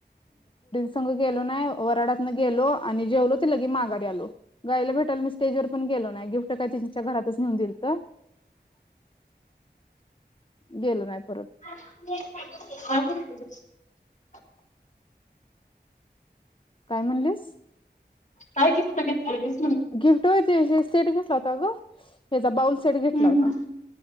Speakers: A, on the left (about 30°); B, on the left (about 45°).
A: संघ गेलो नाही वराडातन गेलो आणि जेवलो ति लगे माघार आलो गायला भेटायला मी स्टेज वर पण गेलो नाही गिफ्ट काय तच्या घरातच नेऊन दिल तर गेलो नाही परत.
B: <inaudible>
A: काय म्हणलेस?
B: काय गिफ्ट घेतलेली स
A: गिफ्ट होय तेे हे सेट घेतला होता ग हचा बाऊल सेट घेतला
B: हम्म
A: होता्